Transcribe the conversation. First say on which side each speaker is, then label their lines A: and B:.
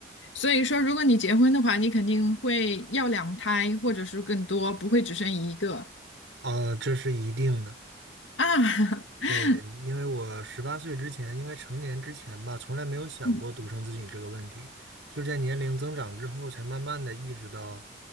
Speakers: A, on the left; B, on the right.
A: 所以说，如果你结婚的话，你肯定会要两胎，或者是更多，不会只生一个
B: 啊，这是一定的。
A: 啊。<laughs>
B: 对，因为我十八岁之前，应该成年之前吧，从来没有想过独生子女这个问题，
A: 嗯
B: 就是在年龄增长之后，才慢慢的意识到，